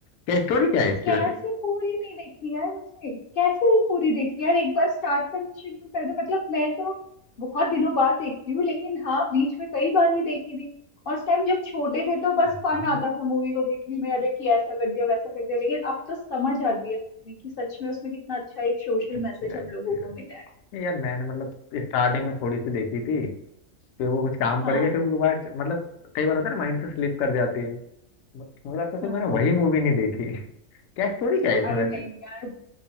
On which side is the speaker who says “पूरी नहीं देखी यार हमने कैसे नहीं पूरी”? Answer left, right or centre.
Left